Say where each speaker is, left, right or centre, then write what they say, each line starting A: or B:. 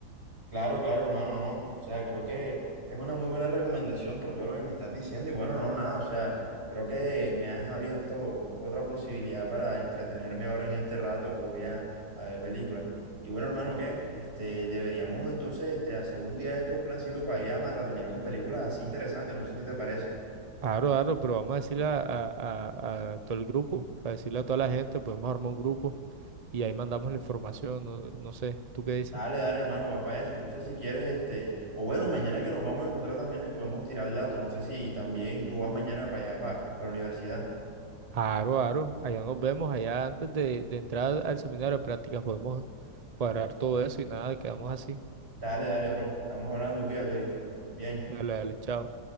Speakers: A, on the right; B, on the right.
A: Claro, claro, hermano, no. O sea, creo que es una muy buena recomendación por todo lo que me estás diciendo. Y bueno, no, nada. O sea, creo que me has abierto otra posibilidad para entretenerme ahora en este rato que voy a, a ver películas. Y bueno, hermano, ¿qué? Este, deberíamos entonces este, hacer un día de esto, un plancito para ir a maratonear con películas así interesantes. No sé si te parece.
B: Aro, aro, pero vamos a decirle a, a, a- a todo el grupo, a decirle a toda la gente, podemos armar un grupo y ahí mandamos la información, no, no sé, ¿tú qué dices?
A: Dale, dale, hermano, va para eso. Entonces, si quieres, este, o bueno, mañana que nos vamos a encontrar también les podemos tirar el dato. No sé si también tú vas mañana para allá, para, para la universidad.
B: Aro, aro, allá nos vemos, allá antes de, de entrar al seminario de prácticas podemos cuadrar todo eso y nada, quedamos así.
A: Dale, dale, bro. Estamos hablando, cuídate, viste. Bien.
B: Dale, dale, chao.